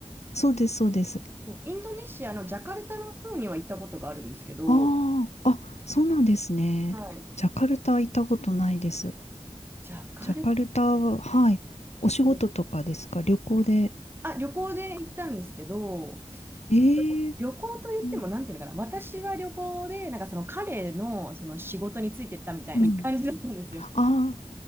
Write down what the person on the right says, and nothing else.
そうインドネシアのジャカルタの方には行ったことがあるんですけど、
はい。
ジャカル
タ、あ、旅行で行ったんですけど、
でも旅行と言っても、
なんていうのかな、私は旅行で、なんかその彼のその仕事についてったみたいな感じだったんですよ。